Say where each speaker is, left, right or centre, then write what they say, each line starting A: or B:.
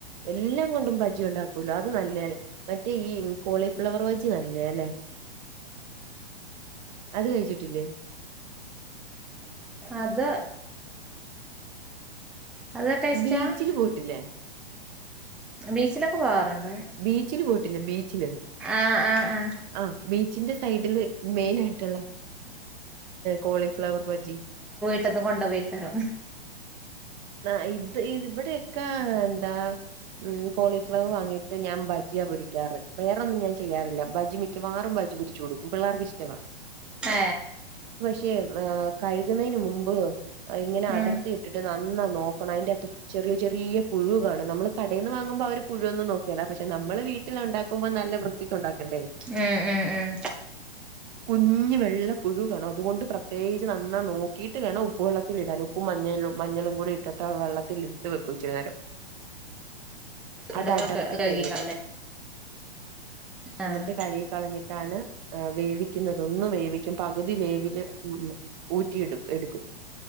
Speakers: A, on the right; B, in the centre.
A: എല്ലാം കൊണ്ടും ബജി ഉണ്ടാക്കല്ലോ അത് നല്ലല്ലേ മറ്റേ ഈ കോളിഫ്ലവർ വെച്ച് നല്ലല്ലേ അത് കഴിച്ചിട്ടില്ലേ
B: അത് അത് ടേസ്റ്റാ
A: ബീച്ചില് പോയിട്ടില്ലേ
B: ബീച്ചിലൊക്കെ പോവാറുണ്ട്
A: ബീച്ചില് പോയിട്ടില്ല ബീച്ചില്
B: ആഹ് ആഹ് ആഹ്
A: ആ ബീച്ചിന്റെ സൈഡില് മെയിനായിട്ടുള്ള കോളിഫ്ലവർ ബജി
B: പെട്ടന്ന് കൊണ്ടപോയിക്കാരോ
A: ആ ഇത് ഇ ഇവിടെൊക്കെ എന്താ കോളിഫ്ലവർ വാങ്ങിട്ട് ഞാൻ ബജിയാ പൊരിക്കാറ് വേറെൊന്നും ഞാൻ ചെയ്യാറില്ല ബജി മിക്കവാറും ബജി പൊരിച്ചു കൊടുക്കും പിള്ളേർക്ക് ഇഷ്ടവാ
B: ആ
A: ക്ഷേ കഴുകുന്നതിന് മുമ്പ് ഇങ്ങനെ അടർത്തിയിട്ടിട്ട്
B: ഉം
A: <unintelligible> ന്നാ നോക്കണം അതിന്റകത്തു അ ചെറിയ ചെറിയ പുഴു കാണണം നമ്മൾ കടയിൽന്ന് വാങ്ങുമ്പോ അവ പുഴുവൊന്നും നോക്കല്ല പക്ഷെ നമ്മള് വീട്ടിൽ ഉണ്ടാക്കുമ്പോ നല്ല വൃത്തിക്ക് ഉണ്ടാക്കണ്ടേ
B: ഉം ഉം ഉം
A: കുഞ്ഞ് വെള്ള പുഴു കാണും അതുകൊണ്ട് പ്രത്യേകിച്ച് നന്നാ നോക്കിട്ട് വേണം ഉപ്പ് വെള്ളത്തിൽ ഇടാൻ ഉപ്പും മഞ്ഞും മഞ്ഞളും കൂടി ഇട്ടിട്ട് വെള്ളത്തിൽ ഇട്ട് വെക്കും ഇച്ചിരി നേേരം
B: ന്നട്ട്
A: അത് അടർത്തി
B: കൊക്കെ കഴുകിക്കാവുല്ലേ
A: കഴിഞ്ഞിട്ട്
B: ആഹ്
A: എന്നിട്ട് കഴുകി കളഞ്ഞിട്ടാണ് ആ വേവിക്കുന്നുന്നത് ഒന്ന് വേവിക്കും പകുതി വേവില് ഉം ഊറ്റിടു എടുക്കും